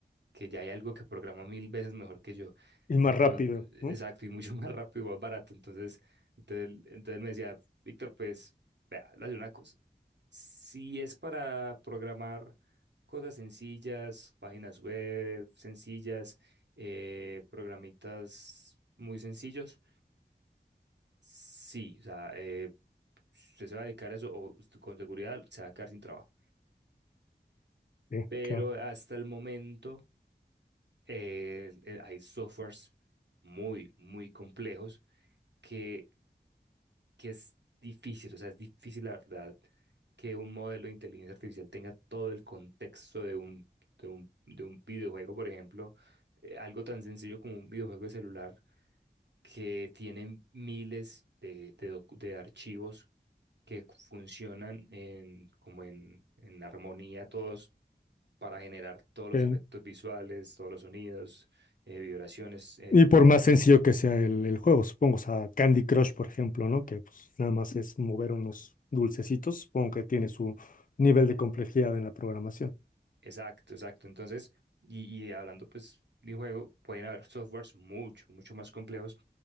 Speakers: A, on the right; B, on the left.
A: que ya hay algo que programa mil veces mejor que yo.
B: Y más
A: Entonces,
B: rápido, ¿no?
A: exacto, y mucho <laughs> más rápido y más barato. Entonces, entonces, entonces me decía, Víctor, pues, vea, le voy a hacer una cosa. Si es para programar cosas sencillas, páginas web sencillas, eh, programitas muy sencillos, sí, o sea, eh, usted se va a dedicar a eso o usted con seguridad se va a quedar sin trabajo.
B: Sí,
A: Pero
B: claro.
A: hasta el momento eh, eh, hay softwares muy, muy complejos que que es difícil, o sea, es difícil la verdad que un modelo de inteligencia artificial tenga todo el contexto de un, de un, de un videojuego, por ejemplo, eh, algo tan sencillo como un videojuego de celular que tiene miles de, de, docu- de archivos que funcionan en, como en, en armonía todos para generar todos los
B: Ok.
A: efectos visuales, todos los sonidos, eh, vibraciones, eh,
B: Y por más sencillo que sea el, el juego, supongo, o sea, Candy Crush, por ejemplo, ¿no? Que pues, nada más es mover unos dulcecitos, supongo que tiene su nivel de complejidad en la programación.
A: Exacto, exacto. Entonces, y, y hablando pues de un juego, pueden haber softwares mucho, mucho más complejos.